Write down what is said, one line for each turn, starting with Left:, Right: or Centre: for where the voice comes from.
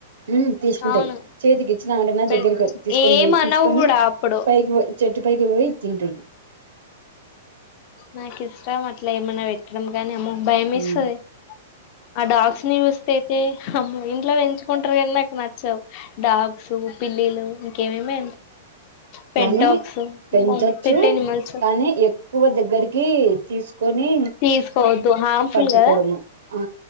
Right: మ్మ్ తీసుకుంటాయ్
Left: అవును
Right: చేతికి ఇచ్చినామంటన్నా
Left: పె
Right: దగ్గరకి వచ్చి తీసుకొని
Left: ఏమనవు
Right: పోయి తీసుకొని
Left: కూడా
Right: తీ
Left: అప్పుడు
Right: పైకివొయ్. చెట్టు పైకి పోయి తింటయి.
Left: నాకు ఇష్టం అట్లా ఏమన్నా పెట్టడం గానీ అమ్మో. భయమేస్తది.
Right: ఉమ్
Left: ఆ డాగ్స్ ని చూస్తే. ఏ అమ్మో ఇంట్లో పెంచుకుంటరు కానీ నాకు నచ్చవు. డాగ్స్ పిల్లిలు ఇంకేమేమో. పెట్
Right: కానీ
Left: డాగ్స్,
Right: పెంచచ్చు
Left: పెట్ ఎనిమల్స్
Right: కానీ ఎక్కువ దగ్గరికి తీసుకొని
Left: తీసుకోవద్. తో హార్మఫుల్గా.
Right: పట్టుకోవడము ఆ